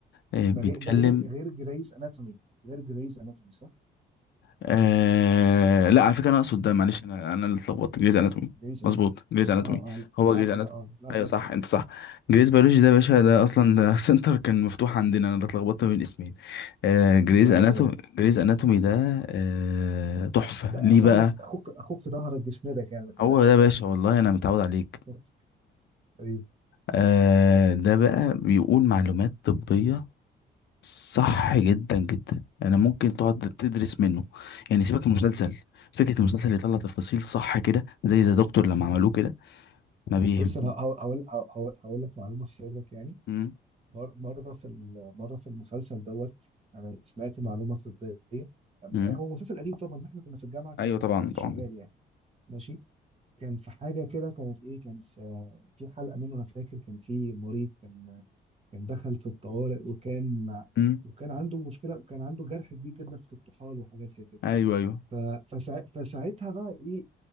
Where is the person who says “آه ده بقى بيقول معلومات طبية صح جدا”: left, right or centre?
Left